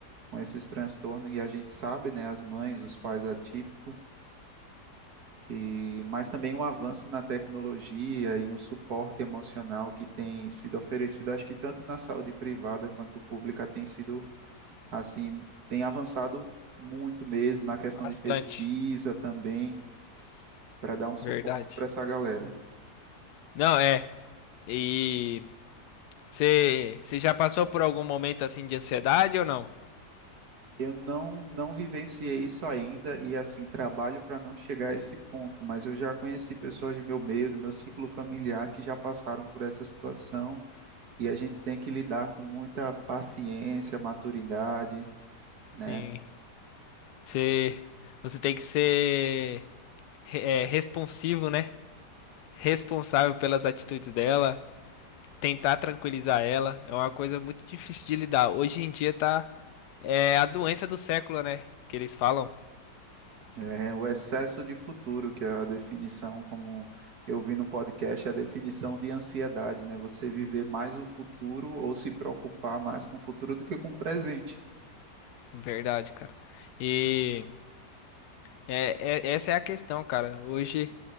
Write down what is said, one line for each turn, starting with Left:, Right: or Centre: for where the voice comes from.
Right: com esses transtornos, e a gente sabe, né, as mães, os pais atípicos e mas também um avanço na tecnologia e um suporte emocional que tem sido oferecido, acho que tanto na saúde privada quanto pública tem sido assim, tem avançado muito mesmo na questão
Left: Bastante.
Right: de pesquisa também, para dar um suporte
Left: Verdade.
Right: para essa galera.
Left: Não, é. E você, você já passou por algum momento assim de ansiedade ou não?
Right: Eu não não vivenciei isso ainda e assim trabalho para não chegar a esse ponto, mas eu já conheci pessoas do meu meio, do meu ciclo familiar que já passaram por essa situação e a gente tem que lidar com muita paciência, maturidade, né?
Left: Sim. Você, você tem que ser re- é, responsivo, né? Responsável pelas atitudes dela, tentar tranquilizar ela. É uma coisa muito difícil de lidar. Hoje em dia tá é a doença do século, né? Que eles falam.
Right: É, o excesso de futuro, que é a definição, como eu vi no podcast, é a definição de ansiedade, né? Você viver mais o futuro ou se preocupar mais com o futuro do que com o presente.
Left: Verdade, cara. E é, é- essa é a questão, cara. Hoje,